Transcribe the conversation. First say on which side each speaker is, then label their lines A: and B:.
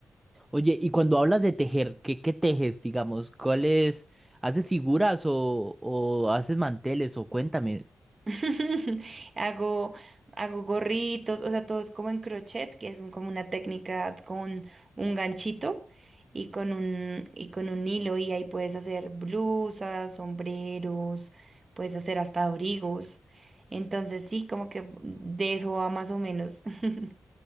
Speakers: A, on the right; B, on the right.
A: Oye, y cuando hablas de tejer, ¿qué, qué tejes, digamos? ¿Cuáles? ¿Haces figuras o, o haces manteles? O cuéntame.
B: <laughs> Hago, hago gorritos, o sea, todo es como en crochet, que es un- como una técnica con un ganchito y con un, y con un hilo, y ahí puedes hacer blusas, sombreros, puedes hacer hasta abrigos. Entonces, sí, como que de eso va más o menos. <laughs>